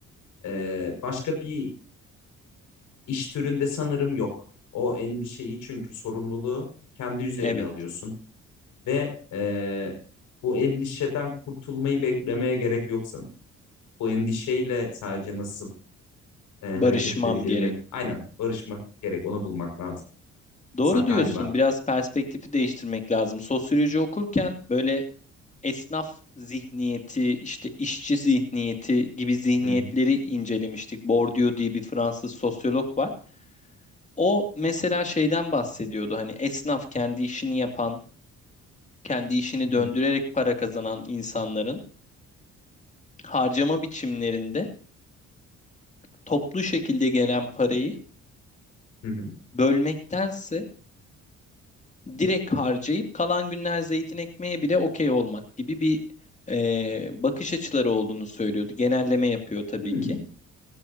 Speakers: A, on the left; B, on the left.
A: Ee, başka bir iş türünde sanırım yok. O endişeyi çünkü sorumluluğu kendi üzerine
B: Evet,
A: alıyorsun ve e, bu endişeden kurtulmayı beklemeye gerek yok sanırım. Bu endişeyle sadece nasıl e, hareket
B: barışmam
A: edebilir
B: gerek.
A: mi? Aynen barışmak gerek, onu bulmak lazım
B: Doğru
A: Sa- galiba.
B: diyorsun. Biraz perspektifi değiştirmek lazım. Sosyoloji okurken böyle esnaf zihniyeti, işte işçi zihniyeti gibi zihniyetleri
A: Hı hı,
B: incelemiştik. Bourdieu diye bir Fransız sosyolog var. O mesela şeyden bahsediyordu. Hani esnaf kendi işini yapan, kendi işini
A: hı hı,
B: döndürerek para kazanan insanların harcama biçimlerinde toplu şekilde gelen parayı
A: hı hı.
B: bölmektense direkt harcayıp kalan günler zeytin ekmeğe bile okey olmak gibi bir e, bakış açıları olduğunu söylüyordu. Genelleme yapıyor tabii
A: Hmm,
B: ki.